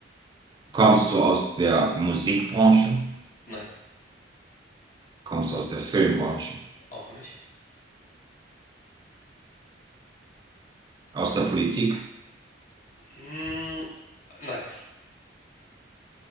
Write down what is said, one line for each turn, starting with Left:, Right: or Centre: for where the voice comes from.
Right: kommst du aus der Musikbranche?
Left: nein,
Right: Kommst du aus der Filmbranche?
Left: auch nicht.
Right: Aus der Politik?
Left: Hm, nein,